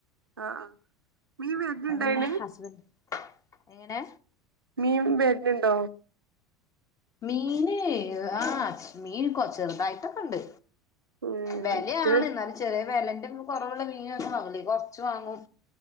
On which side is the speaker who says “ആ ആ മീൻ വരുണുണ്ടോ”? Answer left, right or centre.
Right